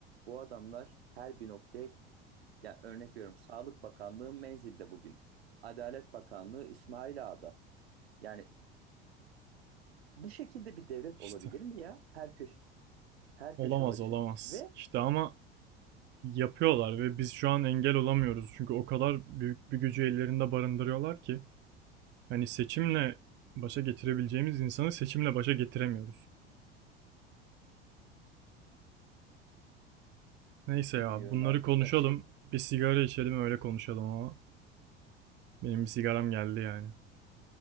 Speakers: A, on the right; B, on the right.
A: Bu adamlar her bir noktaya, ya örnek veriyorum Sağlık Bakanlığı Menzil'de bugün. Adalet Bakanlığı İsmailağa'da. Yani Bu şekilde bir devlet
B: İşte.
A: olabilir mi ya? Her köşe, her
B: Olamaz
A: köşe başı
B: olamaz.
A: ve
B: İşte ama yapıyorlar ve biz şu an engel olamıyoruz. Çünkü o kadar büyük bir gücü ellerinde barındırıyorlar ki. Hani seçimle başa getirebileceğimiz insanı seçimle başa getiremiyoruz. Neyse ya
A: bilmiyorum
B: bunları
A: artık
B: konuşalım.
A: da şey.
B: Bir sigara içelim öyle konuşalım ama. Benim bir sigaram geldi yani.